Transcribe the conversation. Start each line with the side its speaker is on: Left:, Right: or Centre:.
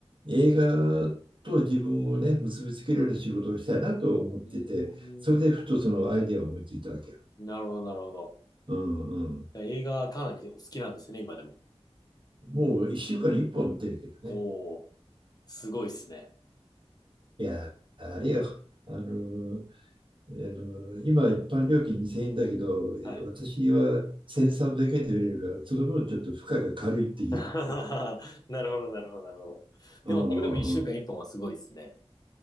Right: 映画と自分をね、結びつけるような仕事をしたいなと思ってて、
Left: うーん。
Right: それでふとそのアイデアを思いついたわけよ。
Left: なるほど、なるほど。
Right: うんうん。
Left: じゃあ映画かなりお好きなんですね、今でも。
Right: もう1週間に1本は見てるけどね。
Left: おお、すごいですね。
Right: いや、あれや、あの、あの今、一般料金2000円だけど、
Left: はい。
Right: 私は1300円で見れるから、その分ちょっと負荷が軽いっていう。
Left: <laughs> なるほど、なるほど、なるほど。でも、
Right: うんうん
Left: それでも一週間一本はすごいですね。